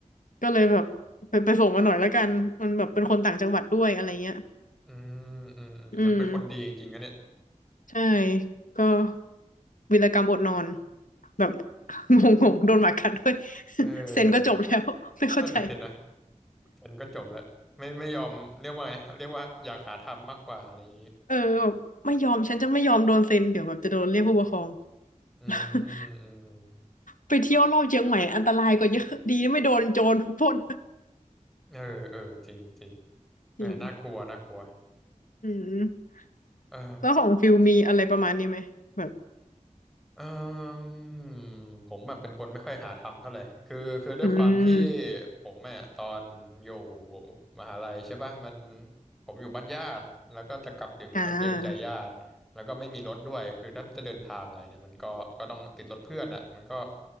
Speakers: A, on the left (about 85°); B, in the centre.
A: ก็เลยแบบไปไปส่งมาหน่อยแล้วกันมันแบบเป็นคนต่างจังหวัดด้วยอะไรเงี้ย
B: อืมอืมอืมแล้วเป็นคนดีจริงๆนะเนี่ย
A: อืมใช่ก็วีรกรรมอดนอนแบบงงๆโดนหมากัดด้วย <laughs>
B: เออ
A: เซ็นก็จบแล้วไม่เข้าใจ
B: นั่นน่ะสินะฉันก็จบแล้วไม่ไม่ยอมเรียกว่าไงเรียกว่าอยากหาทำมากกว่าอะไรอย่างนี้
A: เออแบบไม่ยอมฉันจะไม่ยอมโดนเซ็นเดี๋ยวแบบจะโดนเรียกผู้ปกครอง
B: อืมอืมอืม
A: <laughs> ไปเที่ยวรอบเชียงใหม่อันตรายกว่าเยอะดีไม่โดนโจรปล้น
B: เออเออจริงจริง เนี่ยน่ากลัวน่ากลัว
A: จริงอืม
B: เอ่อ
A: แล้วของฟิลมีอะไรประมาณนี้ไหมแบบ
B: เอ่มผมแบบเป็นคนไม่ค่อยหาทำเท่าไหร่คือคือด้วยความที่
A: อืม
B: ผมอ่ะตอนอยู่มหาลัยใช่ป่ะมันผมอยู่บ้านญาติแล้วก็จะกลับดึกเนี่ยก็เกรงใจญาติ
A: อ่า
B: แล้วก็ไม่มีรถด้วยคือถ้าจะเดินทางอะไรเนี่ยมันก็ก็ต้องติดรถเพื่อนอ่ะมันก็